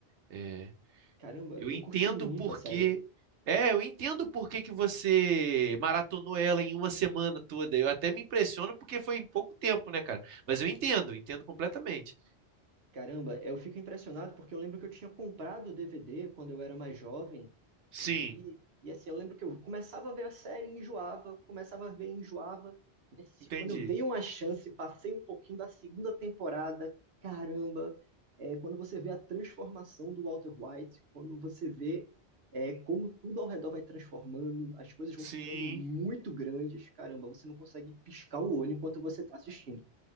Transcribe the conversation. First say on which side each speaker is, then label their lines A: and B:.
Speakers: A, on the right; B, on the right.
A: É.
B: Caramba,
A: Eu
B: eu
A: entendo
B: curti muito
A: porque.
B: a série.
A: É, eu entendo por que que você maratonou ela em uma semana toda. Eu até me impressiono porque foi em pouco tempo, né, cara? Mas eu entendo, entendo completamente.
B: Caramba, eu fico impressionado porque eu lembro que eu tinha comprado o DVD quando eu era mais jovem
A: Sim,
B: E, e assim, eu lembro que eu começava a ver a série, e enjoava, começava a ver, e enjoava. Mas se-
A: entendi.
B: quando eu dei uma chance, passei um pouquinho da segunda temporada, caramba, é, quando você vê a transformação do Walter White, quando você vê é, como tudo ao redor vai transformando, as coisas vão
A: Sim.
B: ficando muito grandes, caramba, você não consegue piscar o olho enquanto você está assistindo.